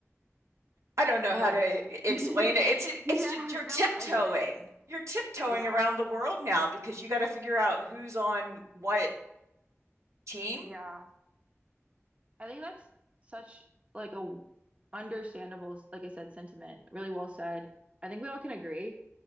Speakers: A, on the right (about 80°); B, on the right (about 25°).
A: I don't know
B: Yeah.
A: how to e, explain
B: <laughs>
A: it. It's
B: Yeah.
A: it's just you're tiptoeing.
B: Nope. I give it.
A: You're tiptoeing
B: Yeah.
A: around the world now because you got to figure out who's on what team.
B: Yeah. I think that's such like a w- understandable, like I said, sentiment. Really well said. I think we all can agree.